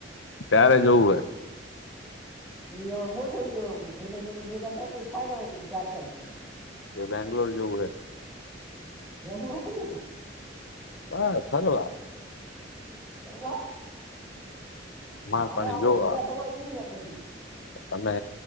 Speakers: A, on the left; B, in the centre.
A: કયારે જવું હે.
B: એ એમાં ગોઠવવી એવું ભાઈબંધ ભાઈબંધ ભેગા થાય થાયને હો ચાર પાંચ જણા
A: તે બેંગ્લોર જેવું હે.
B: બેંગ્લોર હું હે.
A: બાર ફરવા.
B: ફરવા
A: માલ
B: માણ
A: પાણી
B: અમે
A: જોવા
B: ભેગા થવા જોઈ ને પછી
A: તમે